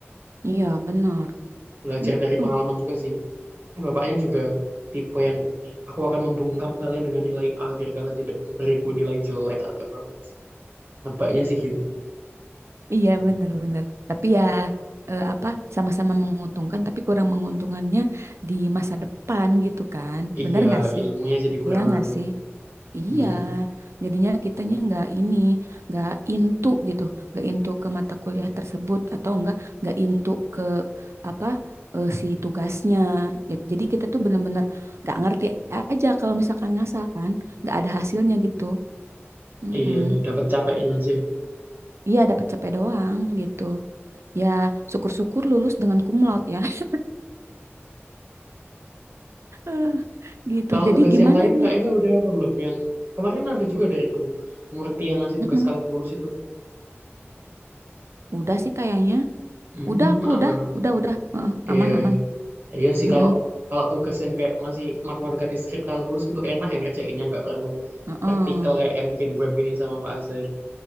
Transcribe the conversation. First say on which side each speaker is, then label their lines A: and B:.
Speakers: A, on the right; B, on the right.
A: iya benar
B: Belajar
A: gitu
B: dari pengalaman juga sih. Bapaknya juga tipe yang kayak, aku akan membungkam kalian dengan nilai A biar kalian tidak memberiku nilai jelek atau evaluasi. Nebaknya sih gitu.
A: Iya benar benar Tapi ya eh, apa sama-sama menguntungkan tapi kurang menguntungkannya di masa depan gitu kan.
B: Iya,
A: benar nggak sih?
B: ilmunya jadi kurang
A: Iya nggak
B: anu
A: sih?
B: ya.
A: Iya,
B: Mm-mm.
A: jadinya kitanya nggak ini, nggak into gitu, nggak into ke mata kuliah tersebut atau enggak nggak into ke apa eh, si tugasnya. Ja- Jadi kita tuh bener-bener nggak ngerti aja kalau misalkan ngasal kan, nggak ada hasilnya gitu. Mm-mm.
B: Iya, iya, dapat capeknya aja.
A: Iya, dapat capek doang gitu. Ya, syukur-syukur lulus dengan cum laude ya. <laughs> Eh, Gitu.
B: Kalau
A: Jadi
B: tugas
A: gimana
B: yang lain
A: nih?
B: Kak Ega udah apa belum? Yang kemarin ada juga dari Bu Murti yang ngasih
A: Mm-mm.
B: tugas kalkulus itu.
A: Udah sih kayaknya.
B: Hmm,
A: Udah aku
B: aman
A: udah,
B: aman.
A: udah udah. Eh,
B: Iya,
A: aman aman.
B: iya. Iya sih
A: Mm-mm.
B: kalau kalau tugas yang kayak masih matematika diskrit kalkulus gitu enak yang ngerjainnya nggak perlu
A: Heeh.
B: praktikal kayak yang bikin web ini sama Pak Azhar.